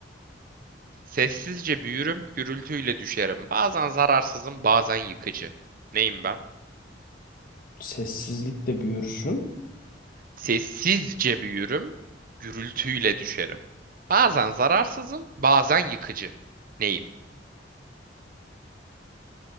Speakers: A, on the right; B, on the left.
A: Sessizce büyürüm, gürültüyle düşerim. Bazen zararsızım, bazen yıkıcı. Neyim ben?
B: Sessizlik de büyürsün.
A: Sessizce büyürüm, gürültüyle düşerim. Bazen zararsızım, bazen yıkıcı. Neyim?